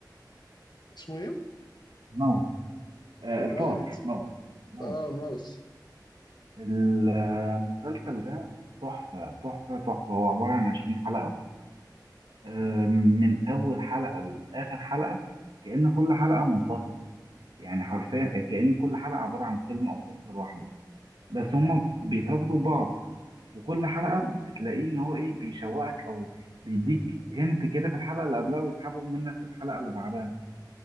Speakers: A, on the left; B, on the right.
A: اسمه ايه؟
B: الموت آه الفار
A: ماونت؟
B: موت موت
A: اه ماوس
B: المسلسل ده تحفة تحفة تحفة هو عبارة عن 20 حلقة آه من أول حلقة لآخر حلقة كأن كل حلقة منفصلة يعني حرفيا كأن كل حلقة عبارة عن فيلم أو قصة لوحده بس هما بيتربطوا ببعض وكل حلقة بتلاقيه إن هو إيه بيشوقك أو بيديك هنت كده في الحلقة اللي قبلها ويسحبه منك في الحلقة اللي بعدها